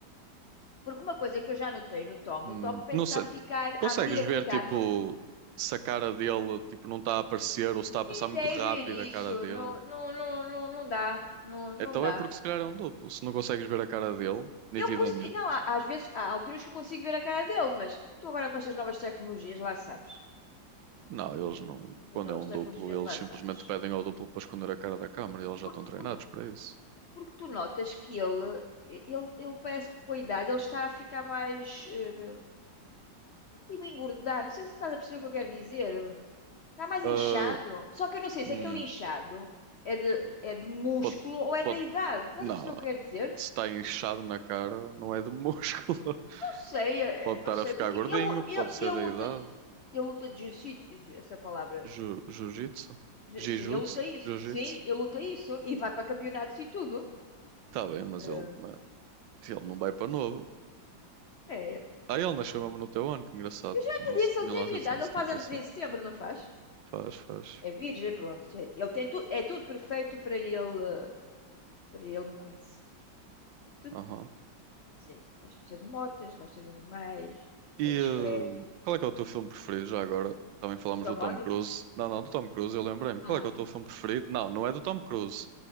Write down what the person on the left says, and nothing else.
Porque uma coisa que eu já notei no Tom,
o Tom parece
que
está a ficar,
à medida
com a
idade, não est-
tentei
ver isso,
não, não, não, não, não dá, não, não
dá.
Eu consigo, não, há- às vezes, há alturas que eu consigo ver a cara dele, mas tu agora com estas novas tecnologias, lá sabes.
Essas
novas
tecnologias,
lá
sabes.
Por-
porque,
porque tu notas que ele, ele, ele parece que com a idade ele está a ficar mais, eh, não digo engordar, não sei se estás a perceber o que eu quero dizer. Tá mais
inchado? Só que eu não sei
se aquele inchado é de, é de músculo
ou é
da idade. Estás
a perceber o que eu quero dizer?
Não sei, eh,
eh,
não sei,
porque
ele, ele,
ele luta,
ele luta de jiu-jitsu, de- essa palavra.
Jiu-
jiu-
Sim, ele luta isso.
Sim, ele luta isso e vai para campeonatos e tudo.
Eh,
é, ele
não
vai
para.
Eu já
te disse,
ele tem
a minha idade,
ele
faz anos
em setembro, não faz?
É virgem, pronto. É- Ele tem tu, é tudo perfeito para ele, eh, para ele me conhecer. Tudo
perfeito. Sim, gosta de motas, gosta de animais,
é discreto.
Do Tom
Hardy?
Ah,